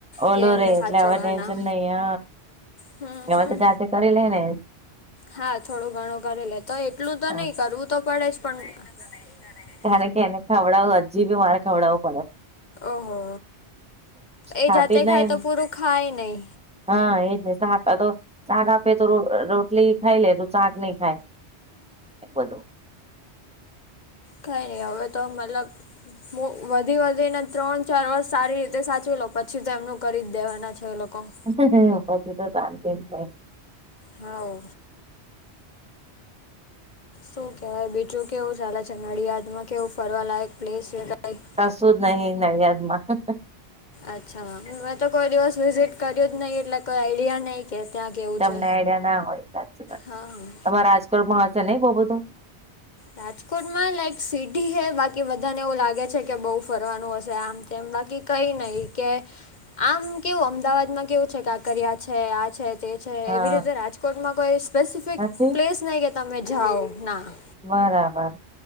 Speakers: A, in the centre; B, on the left.
A: ઓલું
B: કે એમને
A: રે એટલે
B: સાચવવાના
A: હવે ટેન્શન નઈ હ
B: હમ
A: હવે
B: હમ
A: તો જાતે કરી લે ને- -
B: હા થોડું ઘણું કરી લે તોય એટલું તો
A: હા
B: નહી કરવું તો પડે જ પણ- -
A: તારે છેને ખવડાવો હજી બી મારે ખવડાવો- -
B: ઓહો એ
A: ખાતી
B: જાતે
A: જ નહી
B: ખાય
A: ને.
B: તો પૂરું ખાય નહી.
A: હા એ જ ને ચાર આ તો શાક આપે તો રોટલી ખાઈ લે તો શાક નહી ખાય બધું.
B: કંઈ નહી હવે તો મતલબ- - વધી વધીને ત્રણ ચાર વર્ષ સારી રીતે સાચવી લો પછી તો જમનું કરી જ દેવાના છે એ લોકો- -
A: અ કઈ તો- -
B: હા. શું કેહેવાય, બીજું કેવું ચાલે છે, નડિયાદ માં કેવું ફરવા લાયક પ્લેસ- કઈ
A: -કશું જ નહી નડીયાદ માં-
B: અચ્છા, મેં તો કોઈ દિવસ વિઝિટ કર્યું જ નહી એટલે કોઈ આઈડિયા નહી. કે- ત્યાં કેવું
A: -તમને
B: છે
A: આઈડિયા ના હોય, સાચી વાત.
B: હા
A: તમારા રાજકોટમાં હશે? નહી બહુ બધું-
B: રાજકોટમાં લાઈક સિટી છે. બાકી બધાને એવું લાગે છે કે, બહુ ફરવાનું હશે આમ તેમ બાકી- કઈ નહી, કે આમ કેવું, અમદાવાદમાં કેવું છે કાંકરિયા છે આ છે તે- -છે
A: હા
B: એવી રીતે રાજકોટમાં કોઈ સ્પેસિફિક
A: નથી
B: પ્લેસ નહી, કે તમે જાઓ ના-
A: બરાબર.